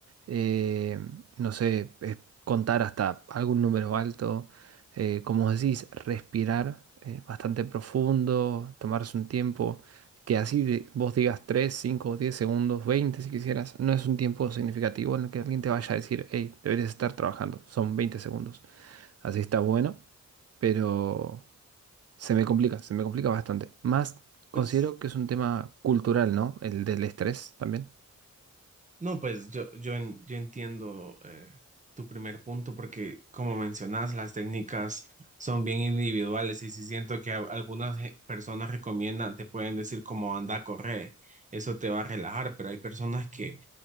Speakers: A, on the right (about 55°); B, on the right (about 25°).
A: eh, no sé, eh, contar hasta algún número alto, eh, como decís, respirar eh, bastante profundo, tomarse un tiempo, que así de- vos digas 3 5 10 segundos, 20 si quisieras, no es un tiempo significativo en el que alguien te vaya a decir, hey, deberías estar trabajando, son 20 segundos, así está bueno, pero... Se me complica, se me complica bastante. Más considero
B: Pues
A: que es un tema cultural, ¿no? El del estrés también.
B: no, pues yo, yo, en- yo entiendo eh, tu primer punto porque como mencionas, las técnicas son bien individuales y si siento que a- algunas ge- personas recomiendan, te pueden decir como anda, corre, eso te va a relajar, pero hay personas que